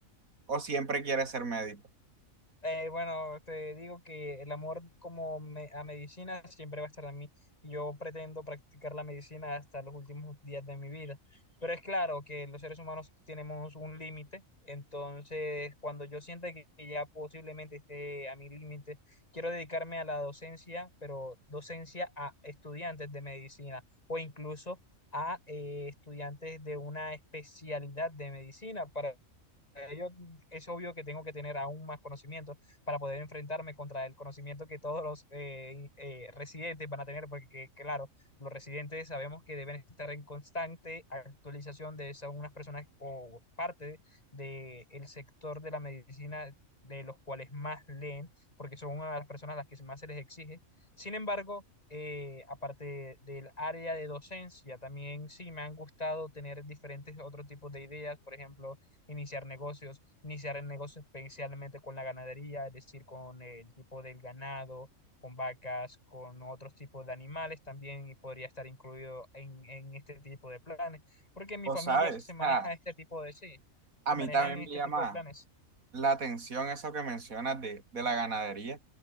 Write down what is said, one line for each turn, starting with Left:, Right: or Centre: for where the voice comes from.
Right: o siempre quieres ser médico.
Left: Eh, bueno, te digo que el amor como me- a medicina siempre va a estar en mí. y Yo pretendo practicar la medicina hasta los últimos días de mi vida. Pero es claro que los seres humanos tenemos un límite. Entonces, cuando yo sienta que que ya posiblemente esté a mi límite, quiero dedicarme a la docencia, pero docencia a estudiantes de medicina o incluso a eh, estudiantes de una especialidad de medicina para es obvio que tengo que tener aún más conocimiento para poder enfrentarme contra el conocimiento que todos los eh, eh, residentes van a tener, porque claro, los residentes sabemos que deben estar en constante actualización de esas unas personas o parte del el sector de la medicina de los cuales más leen, porque son una de las personas a las que más se les exige. Sin embargo, eh, aparte del área de docencia, también sí me han gustado tener diferentes otros tipos de ideas, por ejemplo, iniciar negocios, iniciar el negocio especialmente con la ganadería, es decir, con el tipo del ganado, con vacas, con otros tipos de animales también y podría estar incluido en, en este tipo de planes, porque en mi
Right: O
Left: familia
Right: sabes,
Left: se maneja
Right: Ah,
Left: este tipo de, sí,
Right: a
Left: se
Right: mí
Left: manejan
Right: también
Left: en
Right: me
Left: este
Right: llama
Left: tipo de planes.
Right: la atención eso que mencionas de, de la ganadería.